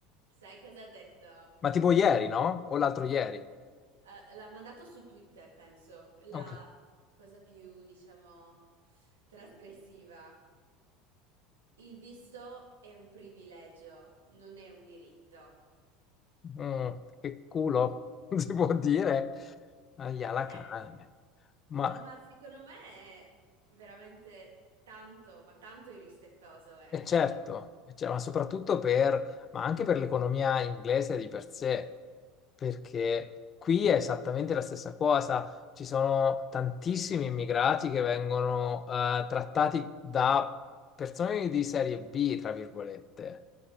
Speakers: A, on the right (about 80°); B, on the left (about 35°).
A: Sai cosa ha detto?
B: ma tipo ieri, no? O l'altro ieri.
A: Eh, l'ha mandato su Twitter, penso, la
B: Ok.
A: cosa più, diciamo, trasgressiva. Il visto è un privilegio, non è un diritto.
B: Mm, che culo, <laughs> si può dire, ahia la cane.
A: Eh,
B: Ma
A: Ma secondo me è veramente tanto, ma tanto irrispettoso, ecco.
B: è certo, e cioè, ma soprattutto per, ma anche per l'economia inglese di per sé, perché qui è esattamente la stessa cosa. Ci sono tantissimi immigrati che vengono eh, trattati da persone di serie B, tra virgolette.